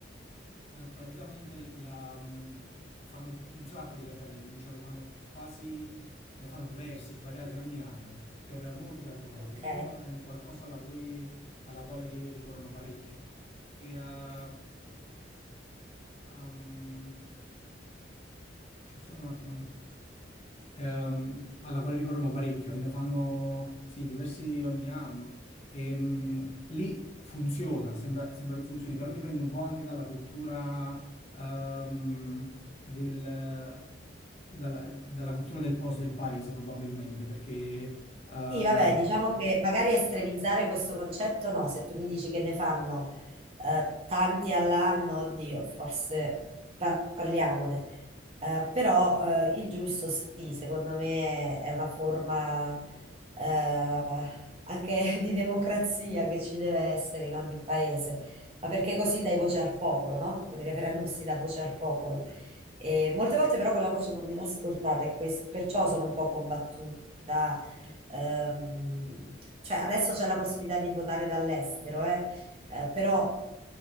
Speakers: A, on the left; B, on the right.
A: eh, praticamente la, mh, fanno un sacco di referendum, diciamo, li fanno quasi, ne fanno diversi, svariati ogni anno per molti argomenti,
B: ok.
A: quindi è un qualcosa alla cui, alla quale ri- ricorrono parecchio e a... Um, scusate un attimo, ehm, alla quale ricorrono parecchio e ne fanno sì, diversi ogni anno. Ehm, lì funziona, sembra, sembra che funzioni, però dipende un po' anche dalla cultura, ehm, del, dalla, dalla cultura del posto, del paese probabilmente, perché eh, ah,
B: Sì, vabbè, diciamo che magari estremizzare questo concetto no, se tu mi dici che ne fanno eh, tanti all'anno, oddio, forse par- parliamone. Eh, però eh, il giusto sì, secondo me è una forma eh, anche <laughs> di democrazia che ci deve essere in ogni paese, ma perché così dai voce al popolo, no? Con i referendum si dà voce al popolo. E molte volte però quella voce non viene ascoltata e ques- perciò sono un po' combattuta ehm, cioè adesso c'è la possibilità di votare dall'estero, eh, eh, però